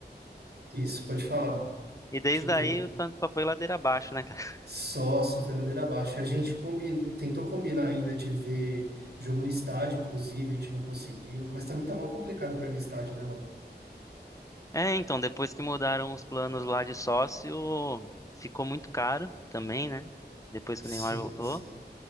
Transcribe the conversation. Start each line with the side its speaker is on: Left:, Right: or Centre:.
Right: Isso, pode falar.
Left: e desde
Right: Te interrompo.
Left: aí o Santos só foi ladeira abaixo, né, cara? <laughs>
Right: Só, só foi ladeira abaixo. A gente combi... tentou combinar ainda de ver jogo no estádio, inclusive, a gente não conseguiu. Mas também tá mal complicado pra ir no estádio, né, mano?
Left: É, então, depois que mudaram os planos lá de sócio, ficou muito caro também, né? Depois
Right: Sim,
Left: que o Neymar voltou.
Right: sim.